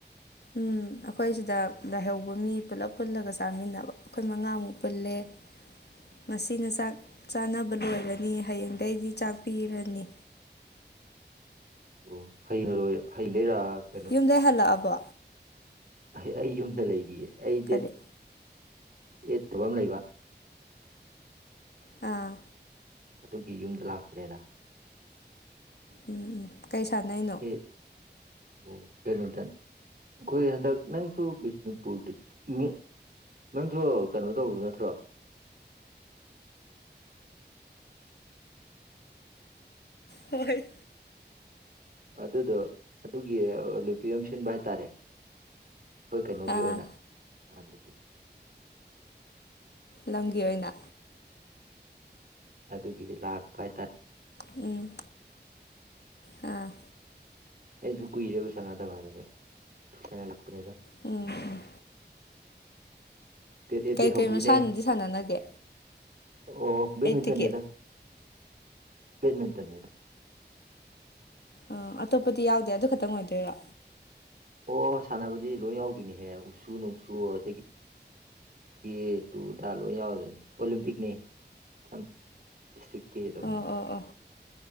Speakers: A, on the left; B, on the right.
A: ꯎꯝ ꯑꯩꯈꯣꯏ ꯁꯤꯗ ꯂꯥꯏꯍꯧꯕ ꯃꯤ ꯄꯨꯂꯞ ꯄꯨꯜꯂꯒ ꯆꯥꯃꯤꯟꯅꯕ ꯑꯩꯈꯣꯏ ꯃꯉꯥꯃꯨꯛ ꯄꯨꯜꯂꯦ ꯉꯁꯤꯅ ꯆꯥꯛ ꯆꯥꯅꯕ ꯂꯣꯏꯔꯅꯤ ꯍꯌꯦꯡꯗꯒꯤꯩꯗꯤ ꯆꯥꯛ ꯄꯤꯔꯅꯤ
B: ꯑꯣ ꯍꯔꯣꯏ ꯍꯩꯗꯔꯥ <inaudible>
A: ꯌꯨꯝꯗꯩ ꯍꯜꯂꯛꯑꯕꯣ
B: ꯑꯩ ꯌꯨꯝꯗ ꯂꯩꯔꯤꯌꯦ ꯑꯩ ꯗꯦꯠ
A: ꯀꯔꯤ
B: ꯑꯦꯠꯇꯕ ꯑꯃ ꯂꯩꯕ
A: ꯑꯥ
B: ꯑꯗꯨꯒꯤ ꯌꯨꯝꯗ ꯂꯥꯛꯄꯅꯦꯗ
A: ꯎꯝ ꯀꯩ ꯁꯥꯟꯅꯩꯅꯣ
B: ꯑ° ꯑꯣ ꯕꯦꯗꯃꯤꯟꯇꯟ ꯑꯩꯈꯣꯏ ꯍꯟꯗꯛ ꯅꯪꯁꯨ ꯕꯤꯁꯅꯨꯄꯨꯔ ꯗꯤꯁꯇ꯭ꯔꯤꯛ ꯅꯪꯁꯨ ꯀꯩꯅꯣ ꯇꯧꯕ ꯅꯠꯇ꯭ꯔꯣ
A: ꯍꯣꯏ
B: ꯑꯗꯨꯗꯣ ꯑꯗꯨꯒꯤ ꯂꯄꯤ ꯑꯃ ꯁꯤꯟꯕ ꯍꯥꯏꯇꯥꯔꯦ ꯑꯩꯈꯣꯏ ꯀꯩꯅꯣꯒꯤ
A: ꯑꯥ
B: ꯑꯣꯏꯅ ꯑꯗꯨꯒꯤ
A: ꯂꯝꯒꯤ ꯑꯣꯏꯅ
B: ꯑꯗꯨꯒꯤ ꯂꯥꯛꯄ ꯍꯥꯏꯇꯥꯔꯦ
A: ꯎꯝ ꯑꯥ
B: ꯑꯩꯁꯨ ꯀꯨꯏꯔꯦꯕ ꯁꯅꯥꯗꯕꯥꯗꯗ ꯊꯁꯅ ꯂꯛꯄꯅꯦꯗ
A: ꯎꯝ ꯎꯝ
B: ꯇꯦꯠ ꯑꯦ
A: ꯀꯩꯀꯩ
B: ꯇꯦ ꯍꯧꯗꯣꯏꯅꯦ
A: ꯃꯁꯥꯟꯅꯗꯤ ꯁꯥꯟꯅꯅꯒꯦ
B: ꯑꯣ ꯕꯦꯠꯃꯤꯟꯇꯟꯅꯦꯗ
A: ꯑꯩꯠꯇꯒꯤ
B: ꯕꯠꯃꯤꯟꯇꯟꯅꯤꯗ
A: ꯑ ꯑꯇꯣꯞꯄꯗꯤ ꯌꯥꯎꯗꯦ ꯑꯗꯨ ꯈꯛꯇꯪ ꯑꯣꯏꯗꯣꯏꯔꯣ
B: ꯑꯣ ꯁꯥꯟꯅꯕꯗꯤ ꯂꯣꯏ ꯌꯥꯎꯗꯣꯏꯅꯦꯍꯦ ꯎꯁꯨ ꯅꯨꯡꯁꯨ ꯑꯗꯒꯤ ꯀ ꯇꯨꯗ ꯂꯣꯏ ꯌꯥꯎꯔꯗꯣꯏꯅꯦ ꯑꯣꯂꯦꯝꯄꯤꯛꯅꯤ ꯁꯝ ꯗꯤꯁꯇ꯭ꯔꯤꯛꯀꯤ ꯑꯗꯨꯝ
A: ꯑ ꯑꯣ ꯑ